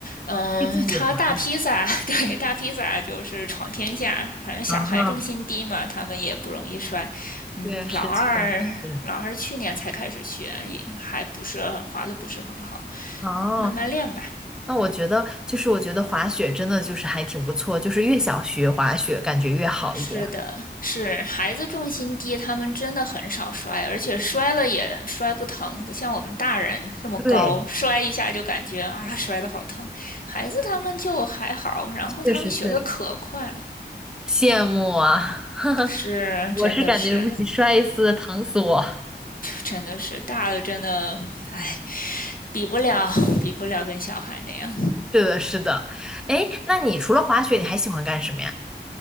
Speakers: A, on the left (about 50°); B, in the centre.
A: 嗯，
B: 以自己滑。
A: 他大披萨，<laughs> 对，大披萨就是闯天下，反正小孩重心低嘛，
B: 哦，
A: 他们也不容易摔。嗯，
B: 确实确
A: 老二，
B: 实。
A: 老二去年才开始学，也还不是滑的不是很好，
B: 哦，
A: 嗯，慢慢练吧。
B: 那我觉得就是我觉得滑雪真的就是还挺不错，就是越想学滑雪感觉越好一点。
A: 是的，是孩子重心低，他们真的很少摔，而且摔了也摔不疼，不像我们大人那么高，
B: 对，
A: 摔一下就感觉啊摔得好疼。孩子他们就还好，然后他们学的可快了，
B: 确实确实羡慕啊！<laughs>
A: 是真的是
B: 我是感觉不行，摔一次疼死我。<laughs>
A: 真的是大了真的，哎，比不了比不了跟小孩那样。
B: 是的，是的。哎，那你除了滑雪，你还喜欢干什么呀？